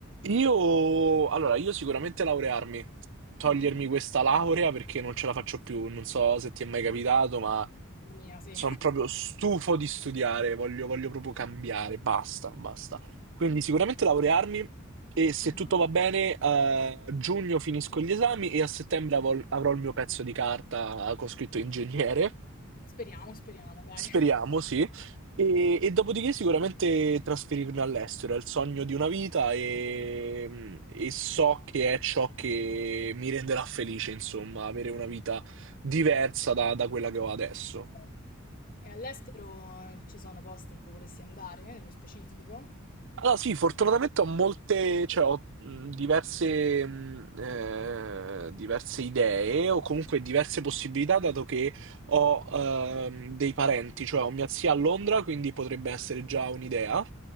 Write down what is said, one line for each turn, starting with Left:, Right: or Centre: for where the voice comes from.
Right: io, allora, io sicuramente laurearmi, togliermi
Left: Mhm,
Right: questa laurea perché non ce la faccio più, non so se ti è mai capitato, ma
Left: Mamma mia, sì.
Right: sono proprio stufo di studiare, voglio, voglio proprio cambiare, basta, basta. Quindi sicuramente laurearmi e se
Left: mhm.
Right: tutto va bene, a giugno finisco gli esami e a settembre avol- avrò il mio pezzo di carta con scritto ingegnere.
Left: Speriamo, speriamo, dai.
Right: Speriamo, sì. E, e dopodiché sicuramente trasferirmi all'estero è il sogno di una vita e, e so che è ciò che mi renderà felice, insomma, avere una vita diversa da, da quella che ho adesso.
Left: Certo. E all'estero eh, ci sono posti in cui vorresti andare, nello specifico?
Right: Allora, sì, fortunatamente ho molte, cioè ho mh, diverse, mh, eh, diverse idee o comunque diverse possibilità, dato che ho ehm, dei parenti, cioè ho mia zia a Londra, quindi potrebbe essere già un'idea.